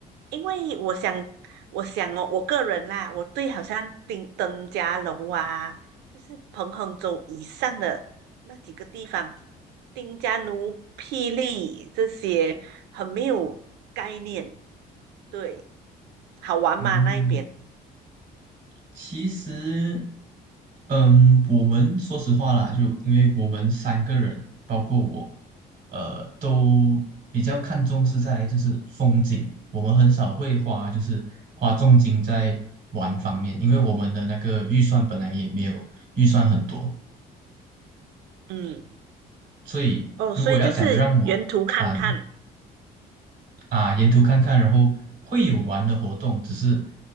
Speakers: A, on the right (about 80°); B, on the right (about 55°).
A: 因为我想，我想哦，我个人啦，我对好像丁登嘉楼啊，就是彭亨州以上的那几个地方，丁加奴、霹雳这些很没有概念，对，好玩吗？
B: 嗯，
A: 那一边？
B: 其实，嗯，我们说实话啦，就因为我们三个人，包括我，呃，都比较看重是在就是风景，我们很少会花就是花重金在玩方面，因为我们的那个预算本来也没有预算很多，
A: 嗯。
B: 所以如果要讲让我啊
A: 哦，所以就是原图看看，
B: 啊，沿途看看，然后会有玩的活动，只是